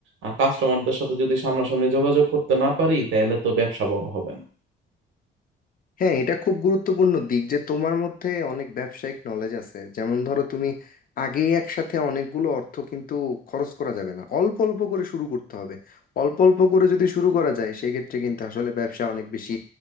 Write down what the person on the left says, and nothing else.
হ্যাঁ এটা খুব গুরুত্বপূর্ণ দিক যে তোমার মধ্যে অনেক ব্যবসায়িক নলেজ আছে যেমন ধরো তুমি আগে একসাথে অনেকগুলো অর্থ কিন্তু খরচ করা যাবে না অল্প অল্প করে শুরু করতে হবে অল্প অল্প করে যদি শুরু করা যায় সেক্ষেত্রে কিন্তু আসলে ব্যবসা অনেক বেশি